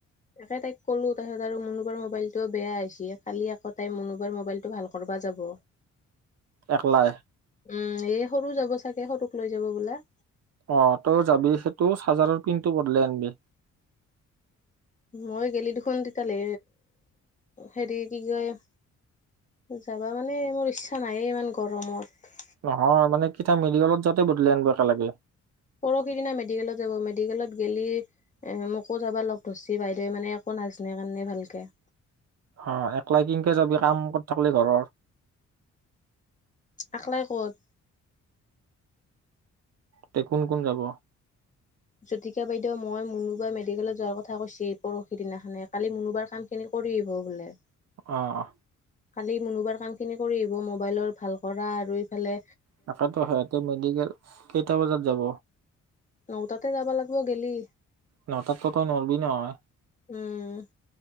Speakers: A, on the left (about 25°); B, on the right (about 60°).
A: তাকে তাইক কলো তপিছত আৰু মনোবাৰ মোবাইল টো বেয়া হৈছে কালি আক তাই মূনোবৰ মোবাইলটো ভাল কৰিবা যাব।
B: একলাই।
A: উম এ সৰু যাব চাগে সৰুক লৈ যাব বোলে।
B: অ তও যাবি সেইটো চাৰ্জাৰৰ পিনটো বদলাই আনিবি।
A: মই গেলি দেখোন তেতালে হেৰি কি কয় যাবা মানে মোৰ ইচ্ছা নায়ে ইমান গৰমত।
B: নহয় মানে কীতা মেডিকেলত যাওঁতে বদলাই আনিব একে লাগে।
A: পৰহি দিনা মেডিকেলত যাব মেডিকেলত গেলি এ মোকো যাবা লগ ধৰিছি বাইদেউে মানে একো নাজানে কাৰণে ভালকে।
B: অ একলা কিনকে যাবি কাম কত থাকিলি ঘৰ।
A: একলাই ক'ত।
B: তে কোন কোন যাব।
A: জুতিকা বাইদেউ, মই, মুনু বা মেডিকেলত যোৱাৰ কথা কৈছি পৰহি দিনাখনে কালি মুনুবাৰ কাম খিনি কৰি আহিব বোলে।
B: অঁ।
A: কালি মোনোবাৰ কাম খিনি কৰি আহিব মোবাইলৰ ভাল কৰা আৰু এইফালে।
B: তাকেতো সিহঁতে মেডিকেল কেইটা বজাত যাব।
A: ন তাতে যাব লাগিব গেলি।
B: নটাত ত ত নলবি নহয়।
A: উম